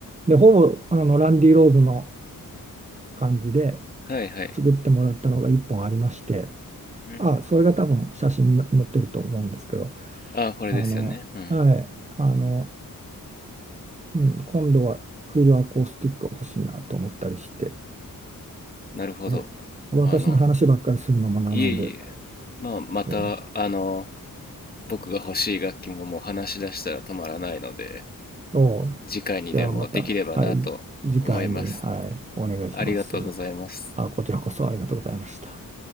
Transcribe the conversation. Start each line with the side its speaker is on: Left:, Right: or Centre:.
Right: でほぼあのランディ・ローズの感じで
Left: はい、はい、
Right: 作ってもらったのが1本ありまして
Left: うん。
Right: あそれが多分写真に載ってると思うんですけど
Left: ああ、これですよね。
Right: あのはいあの
Left: うん、
Right: うん、今度はフルアコースティックが欲しいなと思ったりして、
Left: なるほど。
Right: え、私の話ばっかりするのもなので、
Left: あの、いえいえ、まあ、また、
Right: えー、
Left: あの、僕が欲しい楽器ももう話し出したら止まらないので、
Right: おうじゃあまた、
Left: 次回にでもできればなと思います。
Right: はい、じ次回に、はい、お願いします。
Left: ありがとうございます。
Right: あ、こちらこそありがとうございました。